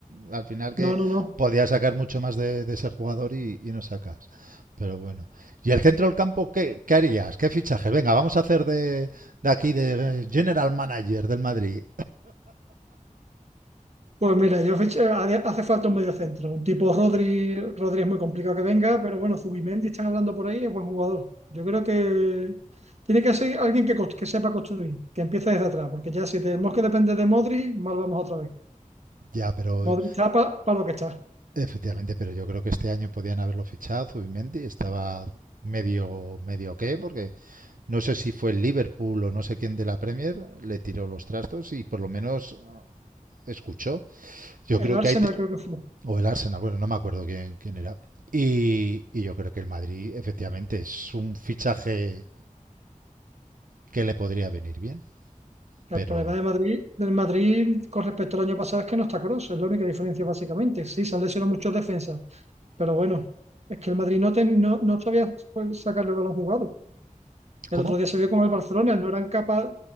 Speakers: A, on the right (about 80°); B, on the right (about 50°).
A: Al final que
B: No, no, no.
A: podías sacar mucho más de, de ese jugador y, y no sacas. Pero bueno. ¿Y el centro del campo qué, qué harías? ¿Qué fichaje? Venga, vamos a hacer de, de aquí de eh, General Manager del Madrid.
B: Pues mira, yo fiché- hace hace falta un mediocentro. Un tipo Rodri, Rodri es muy complicado que venga, pero bueno, Zubimendi están hablando por ahí, es buen jugador. Yo creo que tiene que ser alguien que, cos- que sepa construir, que empiece desde atrás, porque ya si tenemos que depender de Modri, mal vamos otra vez.
A: Ya, pero
B: Modri está para lo que está.
A: efectivamente, pero yo creo que este año podían haberlo fichado, Zubimendi. Estaba medio, medio qué, porque no sé si fue el Liverpool o no sé quién de la Premier, le tiró los trastos y por lo menos escuchó. Yo
B: El
A: creo
B: Arsenal
A: que hay
B: creo que fue.
A: O el Arsenal, bueno, no me acuerdo quién, quién era. Y, y yo creo que el Madrid, efectivamente, es un fichaje que le podría venir bien. Pero,
B: El problema de Madrid, del Madrid con respecto al año pasado es que no está Kroos, es la única diferencia básicamente. Sí, se han lesionado muchos defensas, pero bueno, es que el Madrid no, ten- no, no sabía pues, sacarle el balón jugado. El
A: ¿cómo?
B: otro día se vio con el Barcelona, no eran capaces